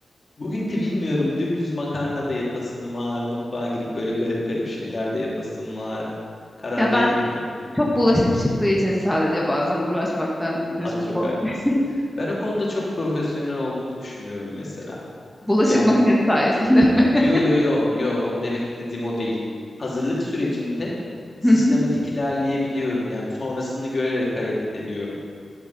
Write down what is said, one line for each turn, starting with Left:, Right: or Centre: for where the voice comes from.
Left: Bugün de bilmiyorum dümdüz makarna da yapasım var. Mutfağa girip böyle garip garip şeyler de yapasım var. Karar
Centre: Ya ben
Left: veremiyorum.
Centre: çok bulaşık çıktığı için sadece bazen uğraşmaktan gözüm
Left: Ha, çok
Centre: korkuyor.
Left: haklısın. Ben o konuda çok profesyonel olduğumu düşünüyorum mesela.
Centre: <laughs> Bulaşık
Left: Yani
Centre: makinesi sayesinde mi?
Left: yo yo yo yo o demek istediğim o değil. Hazırlık sürecinde sistematik
Centre: <laughs>
Left: ilerleyebiliyorum. Yani sonrasını görerek hareket ediyorum.